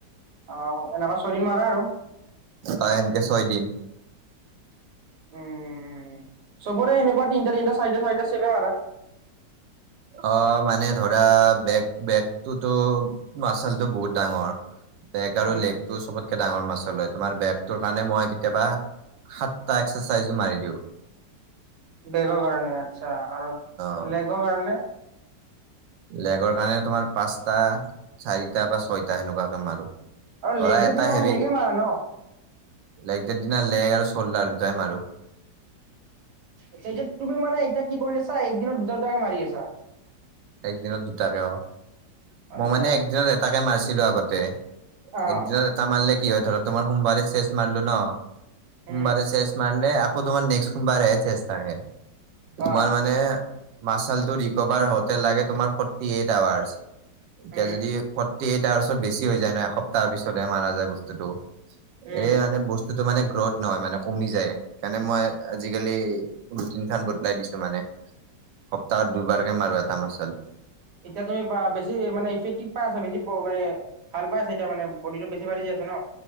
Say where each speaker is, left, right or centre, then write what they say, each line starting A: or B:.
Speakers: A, on the right; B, on the right.
A: অ, এনেকুৱা চৰি মাৰা আৰু?
B: অ, এনকে ছয় দিন।
A: উমচবৰে সেনেকুৱা তিনটা তিনটা- চাৰিটা চাৰিটা চেপে মাৰা?
B: অ, মানে ধৰা বেক -বেকটোতো আচলতেওঁ বহুত ডাঙৰ বেগ আৰু
A: উম
B: লেগটো চবতকে ডাঙৰ মাছল হয় তোমাৰ বেগটোৰ কাৰণে মই কেতিয়াবা সাতটা এক্সাৰচাইজো মাৰি দিওঁ।
A: বেগৰ কাৰণে আচ্ছা আৰু
B: অ
A: লেগৰ কাৰণে?
B: লেগৰ কাৰণে তোমাৰ পাঁচটা, চাৰিটা বা ছয়টা সেনেকুৱাকে মাৰো।
A: আৰু
B: ধৰা
A: লেগ দে
B: এটা
A: দিনাখন
B: হেভি
A: লেগে মাৰা ন?
B: লেগ ডে দিনা লেগ আৰু চল্ডাৰ দুটাই মাৰো।
A: আচ্ছা এইটোত তুমি মানে এতিয়া কি কৰি আছা একদিনত দুটা- দুটাকে মাৰি আছা?
B: একদিনত দুটাকে অ, মই
A: আচ্ছা
B: মানে একদিনত এটাকে মাৰছিলো আগতে
A: অ
B: একদিনত এটা মাৰিলে কি হয় ধৰা তোমাৰ সোমবাৰে চেছ মাৰিলো ন' সোমবাৰে
A: উম
B: চেছ মাৰলে আকৌ তোমাৰ নেক্সট সোমবাৰে চেছ থাকে। তোমাৰ
A: অ
B: মানে মাচালটো ৰিকভাৰ হওঁ তে লাগে তোমাৰ ফৰ্টি এইট আৱাৰচ এতিয়া
A: উম,
B: যদি ফট ফৰ্টী এইট আৱাৰ্চত বেছি হৈ যায় ন' এসপ্তাহৰ পিছতহে মাৰা যায় বস্তুটো
A: উম,
B: এই মানে বস্তু বস্তুটো মানে গ্ৰথ নহয় মানে কমি যায় সেইকাৰণে মই আজি আজিকালি ৰুটিন খান বদলাই দিছো মানে সপ্তাহত দুবাৰকে মাৰা। তা মাছাল।
A: এতিয়া তুমি বেছি মানে ইফেক্টিভ পাই আছা বেছি মানে ভাল পাই আছে এতিয়া মানে বডিটো বেছি বাঢি যি আছে ন।